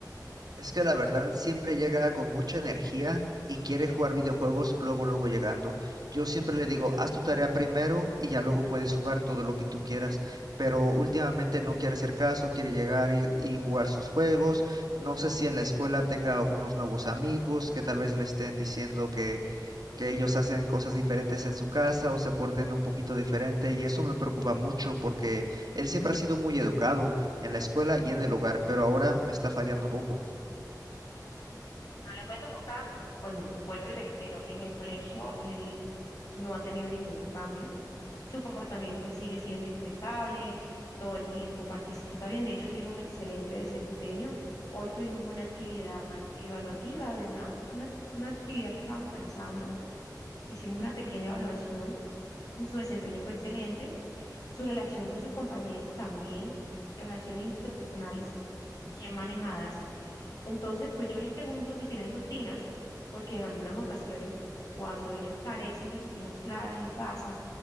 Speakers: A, on the right; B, on the left.
A: Es que la verdad siempre llega con mucha energía y quiere jugar videojuegos luego, luego llegando. Yo siempre le digo,
B: Ok.
A: haz tu tarea primero y ya luego puedes jugar todo lo que tú quieras. Pero últimamente no quiere hacer caso, quiere llegar y, y jugar sus juegos. No sé si en la escuela tenga unos nuevos amigos que tal vez le estén diciendo que, que ellos hacen cosas diferentes en su casa o se porten un poquito diferente. Y eso me preocupa mucho porque él siempre ha sido muy educado en la escuela y en el hogar, pero ahora me está fallando un poco.
B: Pero le cuento a papá, bueno, vuelvo y reitero, en el colegio él no ha tenido ningún cambio, su comportamiento sigue siendo impecable, todo el tiempo participa bien, de hecho tiene un excelente desempeño. Hoy tuvimos una actividad evaluativa de una, una, una actividad que estábamos realizando, hicimos una pequeña evaluación y su desempeño fue excelente, su relación con sus compañeros también, relaciones interpersonales bien manejadas. Entonces, pues yo les pregunto si tienen rutinas, porque en algunas ocasiones, cuando ellos carecen de rutinas claras en casa,